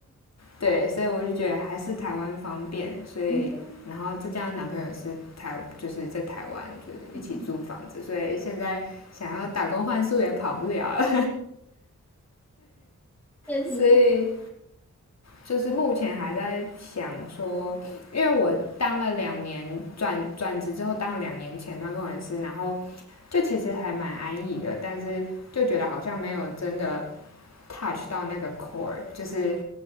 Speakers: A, on the left; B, in the centre.
A: 对，所以我就觉得还是台湾方便，所以然后这家男朋友也是台，
B: 嗯
A: 就是在台湾就是一起租房子，
B: 嗯嗯，
A: 所以现在想要打工换宿也跑不了了
B: 确实是
A: <laughs>，所以就是目前还在想说，因为我当了两年转转职之后当了两年前端工程师，然后就其实还蛮安逸的，但是就觉得好像没有真的 touch 到那个 core，就是